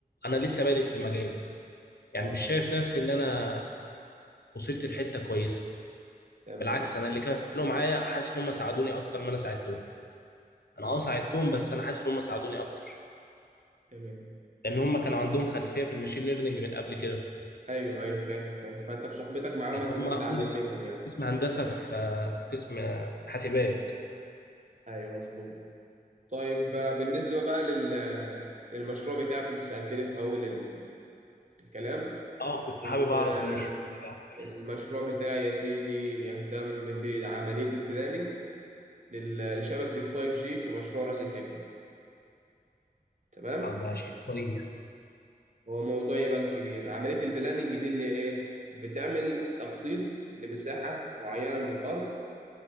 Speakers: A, on the left; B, on the right.
A: انا لسه بادئ في المجال يعني
B: اه
A: مش
B: تمام
A: شايف نفسي ان انا وصلت لحته كويسه
B: تمام
A: بالعكس انا اللي كانوا معايا حاسس ان هم ساعدوني اكتر ما انا ساعدتهم
B: تمام
A: انا اه ساعدتهم بس انا حاسس ان هم ساعدوني اكتر
B: تمام
A: لان هم كانوا عندهم خلفيه في المشين ليرنينج من قبل كده
B: ايوه ايوه فاهم فاهم فانت بصحبتك معاهم
A: لان
B: هتبقى
A: هم هم
B: تتعلم منهم يعني
A: قسم هندسه في في قسم حاسبات
B: ايوه مظبوط طيب آه، بالنسبه بقى لل آه، للمشروع بتاعك كنت سالتني في اول ال- الكلام
A: اه كنت
B: ال-
A: حابب اعرف
B: آه،
A: المشروع بتاعك كان
B: المشروع
A: ايه
B: بتاعي يا سيدي يهتم بعمليه البلاننج لل- لشبكه الفايف جي في مشروع راس الحكمه تمام
A: اه ده شيء كويس
B: هو موضوع يبان كبير عمليه البلاننج دي اللي ايه بتعمل تخطيط لمساحه معينه من الارض